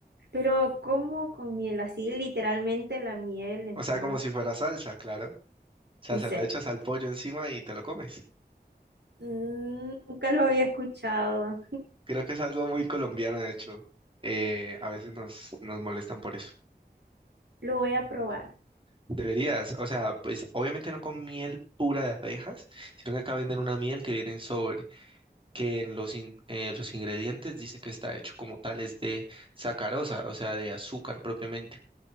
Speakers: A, on the right (about 80°); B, on the right (about 30°).
A: pero ¿cómo con miel? Así literalmente la miel encima.
B: O sea, como si fuera salsa, claro. O sea,
A: En
B: se
A: serio.
B: lo echas al pollo encima y te lo comes.
A: Mm, Nunca lo había escuchado.
B: Creo que es algo muy colombiano, de hecho. Eh, a veces nos, nos molestan por eso.
A: Lo voy a probar.
B: Deberías, o sea, pues obviamente no con miel pura de abejas, sino que acá venden una miel que viene en sobre, que en los, in- eh, los ingredientes dice que está hecho como tales de sacarosa, o sea, de azúcar propiamente.